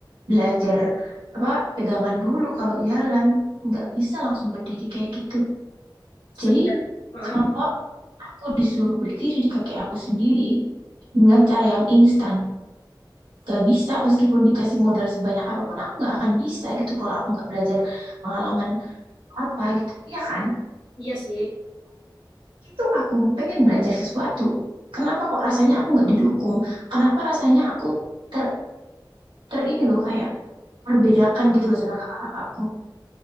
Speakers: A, on the right; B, on the left.
A: belajar apa pegangan dulu kalau jalan nggak bisa langsung berdiri kayak gitu
B: Sebenarnya.
A: jadi
B: Hah?
A: kalau aku disuruh berdiri di kaki aku sendiri dengan cara yang instan nggak bisa meskipun dikasih modal sebanyak apapun aku nggak akan bisa gitu kalau aku nggak belajar pengalaman apa gitu ya kan
B: Iya sih.
A: itu aku pengen belajar sesuatu kenapa kok rasanya aku nggak didukung kenapa rasanya aku ter ter ini loh kayak terbedakan gitu loh sama kakak aku.